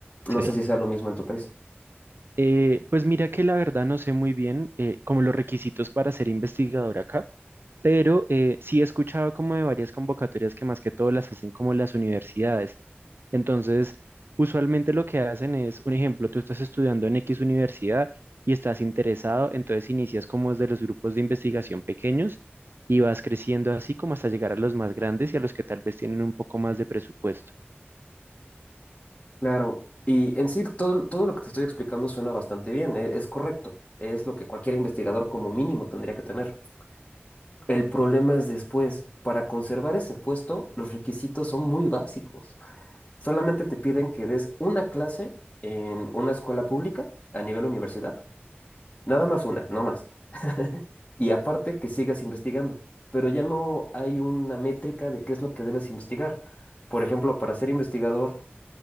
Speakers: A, on the right; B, on the left.
A: Sí,
B: No sé si sea lo mismo en tu país.
A: Eh, pues mira que la verdad no sé muy bien eh, como los requisitos para ser investigador acá, pero eh, sí he escuchado como de varias convocatorias que más que todo las hacen como las universidades. Entonces, usualmente lo que hacen es, un ejemplo, tú estás estudiando en X universidad y estás interesado, entonces inicias como desde los grupos de investigación pequeños y vas creciendo así como hasta llegar a los más grandes y a los que tal vez tienen un poco más de presupuesto.
B: Claro, y en sí todo, todo lo que te estoy explicando suena bastante bien, e- es, correcto, es lo que cualquier investigador como mínimo tendría que tener. El problema es después, para conservar ese puesto, los requisitos son muy básicos. Solamente te piden que des una clase en una escuela pública a nivel universidad Nada más una, no más. <laughs> Y aparte que sigas investigando, pero ya no hay una métrica de qué es lo que debes investigar. Por ejemplo, para ser investigador,